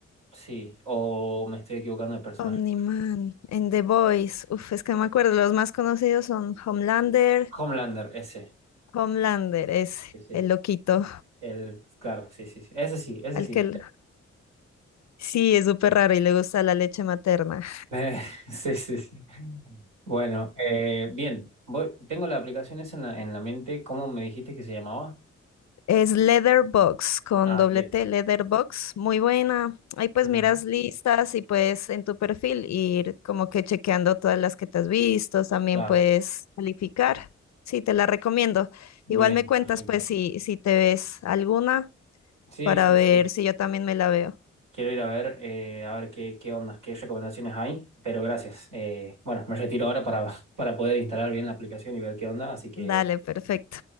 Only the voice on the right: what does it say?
sí, o me estoy equivocando de personaje.
Homelander, ese.
Sí, sí.
El, claro, sí, sí, sí. Ese sí, ese
sí.
Bien.
Eh, <laughs> sí, sí, sí. Bueno, eh, bien. Voy, tengo la aplicación esa en la, en la mente. ¿Cómo me dijiste que se llamaba?
Ah,
bien.
Ujú,
Claro,
bien,
perfecto.
Sí,
sí,
sí.
Quiero ir a ver, eh, a ver qué, qué ondas, qué recomendaciones hay, pero gracias. Eh, bueno, me retiro ahora para, <laughs> para poder instalar bien la aplicación y ver qué onda, así que